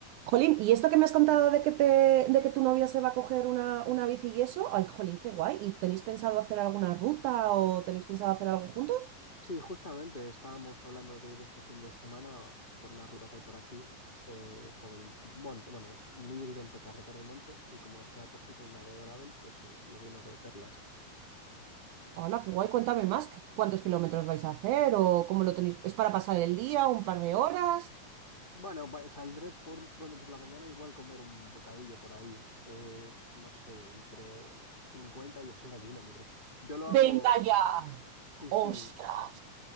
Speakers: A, on the right; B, on the left.
A: Jolín, ¿y esto que me has contado de que te, de que tu novia se va a coger una, una bici y eso? Ay, jolín, qué guay. ¿Y tenéis pensado hacer alguna ruta o tenéis pensado hacer algo juntos?
B: Sí, justamente estábamos hablando de ir este fin de semana por una ruta que hay por aquí, eh, por el monte. Bueno, es un híbrido entre carretera y monte, y como se ha cogido una de gravel, pues es- le viene de perlas.
A: Hola, qué guay, cuéntame más. ¿Qué- ¿Cuántos kilómetros vais a hacer o cómo lo tenéis? ¿Es para pasar el día, un par de horas?
B: Bueno, pa- saldré por- pronto por la mañana, igual comer un bocadillo por ahí, eh, no sé, entre 50 y 80 kilómetros. Yo lo
A: ¡Venga
B: hago,
A: ya!
B: sí,
A: ¡Ostras!
B: sí,